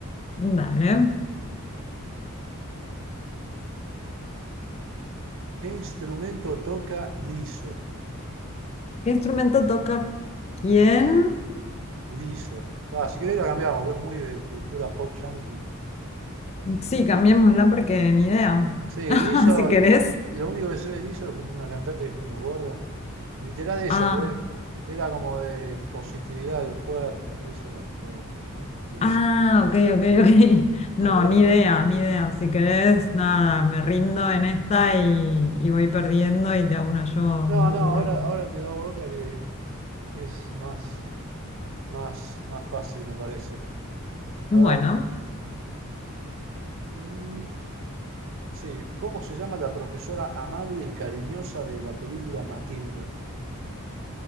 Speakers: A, on the left (about 30°); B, on the right (about 65°).
A: Dale.
B: ¿Qué instrumento toca Liso?
A: ¿Qué instrumento toca quién?
B: Liso. Ah, si querés la cambiamos, porque es muy de cultura pop yankee.
A: Sí, cambiémosla porque ni idea.
B: Sí,
A: <laughs>
B: Liso,
A: Si querés.
B: lo único que sé de Liso es que es una cantante como gorda. Literal eso,
A: Ah,
B: pues era como de positividad de los cuerpos, eso era todo, eso, Liso.
A: ah, ok, ok, ok.
B: A
A: No,
B: ver,
A: ni idea, ni idea. Si querés, nada, me rindo en esta y, y voy perdiendo y te hago una yo. No,
B: no, no,
A: no.
B: ahora, ahora te damos otra que Es más, más, más fácil, me parece.
A: Bueno.
B: A ver, mm, sí, ¿cómo se llama la profesora amable y cariñosa de la película Matilda?